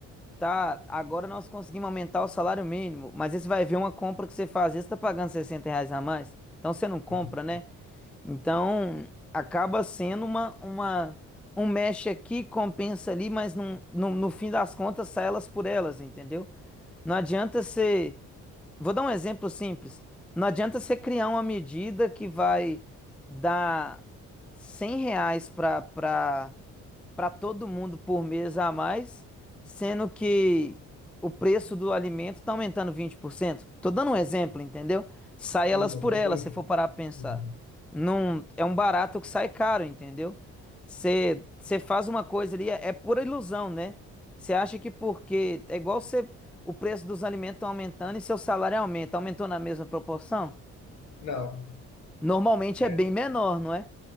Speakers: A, in the centre; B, on the left.
A: Tá, agora nós conseguimos aumentar o salário mínimo, mas aí você vai ver uma compra que você faz, às vezes tá pagando 60 reais a mais, então você não compra,
B: Uhum.
A: né? Então acaba sendo uma, uma um mexe aqui, compensa ali, mas não, no, no fim das contas sai elas por elas, entendeu? Não adianta você. Vou dar um exemplo simples. Não adianta você criar uma medida que vai dar 100 reais para para para todo mundo por mês a mais, sendo que o preço do alimento está aumentando 20%. Tô dando um exemplo, entendeu? Sai
B: Sim,
A: elas
B: não
A: por
B: concordo.
A: elas, se for parar para pensar.
B: Uhum.
A: Não, é um barato que sai caro, entendeu? Você você faz uma coisa ali, é, é pura ilusão, né? Você acha que porque é igual você, o preço dos alimentos estão aumentando e seu salário aumenta, aumentou na mesma proporção?
B: Não,
A: Normalmente
B: É,
A: é bem menor, não é?